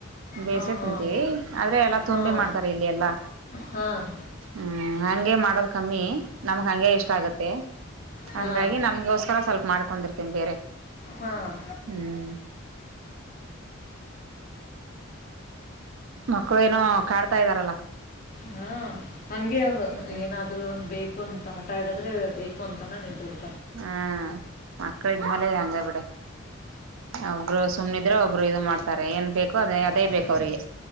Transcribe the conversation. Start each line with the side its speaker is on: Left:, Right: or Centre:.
Right: ಬೇಸೆ
Left: ಹಾಂ
Right: ತಿಂತೀವಿ
Left: ಹಾಂ
Right: ಆದ್ರೆ ಎಲ್ಲಾ ತುಂಬಿ
Left: ಹಾಂ
Right: ಮಾಡ್ತಾರೆ ಇಲ್ಲಿ ಎಲ್ಲಾ
Left: ಹಾಂ
Right: ಹ್ಮ್ ಹಂಗೆ ಮಾಡೋದು ಕಮ್ಮಿ ನಮ್ಗೆ ಹಂಗೆ ಇಷ್ಟ ಆಗುತ್ತೆ
Left: ಹಾಂ
Right: ಹಂಗಾಗಿ ನಮ್ಗಗೋಸ್ಕರ ಸ್ವಲ್ಪ ಮಾಡ್ಕೊಂಡಿರ್ತೀನಿ ಬೇರೆ
Left: ಹಾಂ
Right: ಹ್ಮ್ ಮಕ್ಕಳು ಏನೋ ಕಾಡ್ತಾ ಇದ್ದಾರಲ್ಲ
Left: ಹಾ ಹಂಗೆ ಅವ್ರು
Right: ಹ್ಮ
Left: ಏನಾದ್ರು ಒಂದು್ ಬೇಕು ಅಂತ. ಹಟ ಹಾಡಿದ್ರೆ ಬೇಕು ಅಂತಾನ ನಿಂತರು.
Right: ಹ್ಮ ಮಕ್ಕಳ ಇದ್ಮೇಲ ಹಂಗ ಬಿಡ ಒಬರು. ಸುಮ್ಮ್ದ್ರೆ ಒಬ್ರು ಇದು ಮಾಡ್ತಾರೆ ಏನ್ಕು. ಅದೇ ಅದೇ
Left: ಹೌದು
Right: ಬೇಕು ಅವ್ರಿಗೆ